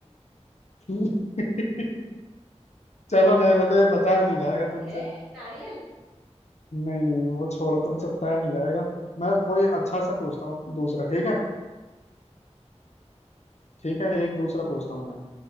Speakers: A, on the left; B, in the centre.
A: <laughs> चलो रहने दो ये बताया
B: खाते
A: नहीं जाएगा
B: भी
A: तुमसे
B: है नारियल
A: नहीं नहीं वो छोड़ो तुमसे बताया नहीं जाएगा मैं कोई अच्छा सा पूछता हूँ दूसरा ठीक है ठीक है एक दूसरा पूछता हूँ मैं